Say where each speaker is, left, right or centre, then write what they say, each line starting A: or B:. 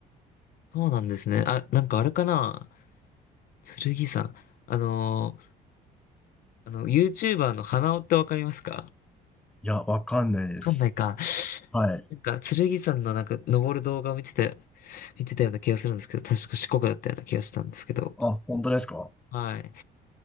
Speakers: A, on the left; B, in the centre.
A: そうなんですね。あ、なんかあれかな剣山。あのーあの、YouTuber の花尾ってわかりますかわ
B: いや、わかんないです。
A: かんないか。
B: はい。
A: なんか、剣山のなんか、登る動画を見てて、見てたような気がするんですけど、確か四国だったような気がしたんですけど。
B: あ、本当ですか
A: はい。